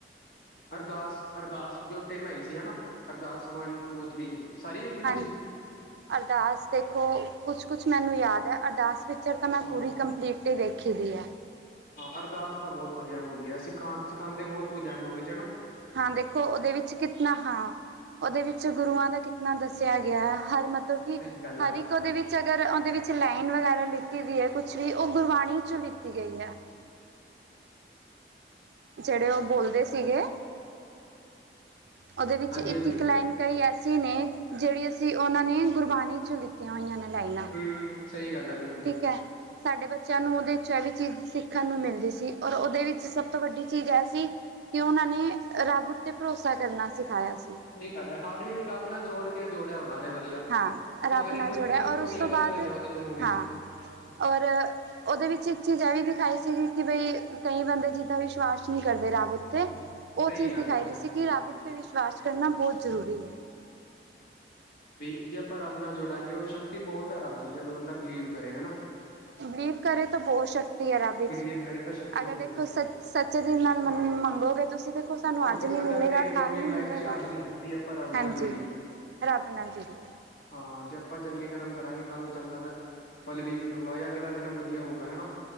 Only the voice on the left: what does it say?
ਅਰਦਾਸ-ਅਰਦਾਸ ਜੋ ਤਿੰਨ ਆਈ ਸੀ ਹਨਾ ਅਰਦਾਸ ਵਨ ਟੂ ਥ੍ਰਰੀ ਸਾਰੀ ਵੇਖੀ ਤੁਸੀਂ
ਹਾਂ
ਅਰਦਾਸ ਤਾਂ ਬਹੁਤ ਵਧੀਆ ਮੂਵੀ ਹੈ ਸਿਖਾ ਸਿਖਾਉਦੇ ਬਹੁਤ ਕੁਝ ਹੈ ਮੂਵੀ ਚ ਨ
ਸਹੀ ਗੱਲ ਹੈ
ਹਾਂਜੀ
ਹਾਂਜੀ
ਹੂ ਸਹੀ ਗੱਲ ਹੈ ਬਿਲਕੁਲ
<inaudible> ਰੱਬ ਨਾਲ ਜੋੋੜ ਕੇ ਜੋੜਿਆ ਉਹਨਾਂ ਨੇ ਵਧੀਆ
ਤੇ
ਹਰ
ਇੱਕ ਬੰਦੇ
ਦੀ ਸਟੋਰੀ
ਅਲੱਗ
ਅਲੱਗ ਹੈ ਉਹਦੇ ਚ ਮੂਵੀ
ਚ
ਸਹੀ
ਗੱਲ
ਹੈ ਹਾਂ
ਹਾਂਜੀ
ਹਾਂਜੀ
ਵੀ ਜੇ ਆਪਾਂ ਰੱਬ ਨਾਲ ਜੁੜਾਂਗੇ ਉਹ ਸ਼ਕਤੀ ਬਹੁਤ ਹੈ ਰੱਬ ਚ ਜੇ ਬੰਦਾ ਬਿਲੀਵ ਕਰੇ, ਹਨਾ
ਬਿਲੀਵ ਕਰੇ ਤਾਂ ਸ਼ਕਤੀ
ਬਹੁਤ
ਹੈ
ਹਾਂ
ਕਿਉਂਕਿ
ਸਾਡਾ
ਮੇਨ ਮੋਟਿਵ
ਲਾਈਫ
'ਚ ਆਹੀ ਹੈ ਵੀ ਆਪਾਂ ਰੱਬ ਨਾਲ
ਜੁੜੀਏ
ਹਾਂ ਜੇ ਆਪਾਂ ਚੰਗੇ ਕਰਮ ਕਰਾਂਗੇ ਕੱਲ੍ਹ ਨੂੰ ਚੰਗਾ ਕਰ ਫਲ ਵੀ ਮਿਲੂਗਾ ਯਾ ਅਗਲਾ ਜਿੰਨਮ ਵਧੀਆ ਹੋਊਗਾ ਹੈਨਾ